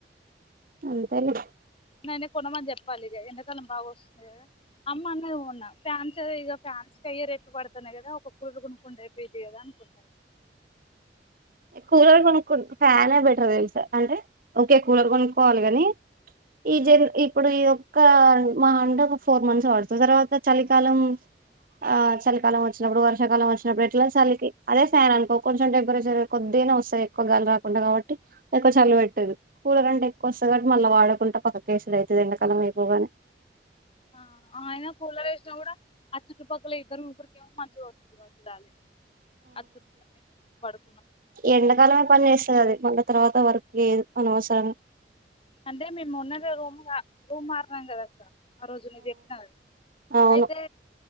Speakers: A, on the right; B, on the left.
A: అంతేలే
B: నేనే కొనమని చెప్పాలి ఇగ ఎండకాలం బాగా వస్తుంది కదా అమ్మ అనేది ఉన్నా ఫ్యాన్స్ ఇగ ఫ్యాన్స్ అయ్యే రేట్లు పడుతున్నాయి కదా ఒక కూలర్ కొనుకుంటే అయిపోయిద్ది కదా అనుకుంటార్
A: ఎక్కువ రోజులు కొనుక్కు ఫ్యాన్ బెటర్ తెలుసా అంటే ఓకే కూలర్ కొనుక్కోవాలి ని ఈ జన్ ఇప్పుడు ఇదో కాల్ మాహ అంటే ఒక ఫోర్ మంత్స్ వాడుతుంది తర్వాత చలికాలం ఆ చలికాలం వచ్చినప్పుడు వర్షాకాలం వచ్చినప్పుడు ఎట్లా సలికి అదే ఫ్యాన్ అనుకో కొంచెం టెంపరేచర్ కొద్దీగనే వస్తాయి ఎక్కువగాలి రాకుండా కాబట్టి ఎక్కువ చలి పెట్టదు కూలర్ అంటే ఎక్కువ వస్తది కాబ్బటి మళ్ళీ వాడకుం పక్క కేసుడయితే ఎండ కాలం అయిపోగానే
B: ఆ ఆయన కూలర్ వేసినా కూడా ఆ చుట్టుపక్కల ఇద్దరు ముగ్గరికి ఏమో మంచిగా వస్త లాలీ ఆ చుట్టూ మంది పడు
A: ఎండాకాలమే పని చేస్తదది అది మళ్ళ తర్వాత వర్క్ చేయదు అనవసరంగ్
B: అంటే మేము మొన్ననే రూమ్గా రూమ్ మారినం కదాస ఆ రోజు నేను చెప్పిన
A: అవును
B: అయితే